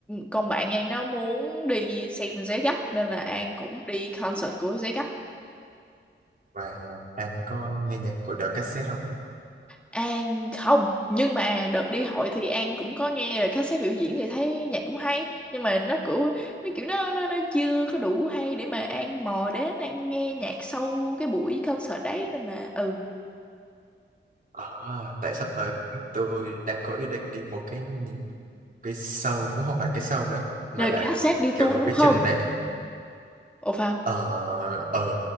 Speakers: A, in the centre; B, on the right.
A: con bạn An nó muốn đi xem Giấy Gấp nên là An cũng đi concert của Giấy Gấp
B: và An có nghe nhạc của The Cassette không?
A: An không nhưng mà đợt đi hội thì An cũng có nghe là khách sếp biểu diễn thì thấy nhạc cũng hay nhưng mà nó kiểu nó kiểu nó nó, nó chưa có đủ hay để mà An mò đến An nghe nhạc sau cái buổi concert đấy nên là ừ
B: À, tại sắp tới tôi đang có ý định đi một cái cái sau cũng không phải cái sau nữa mà
A: nên
B: là
A: là cassette đi tour
B: kiểu một
A: đúng
B: cái
A: không
B: trường đại
A: ồ phải không
B: ở ở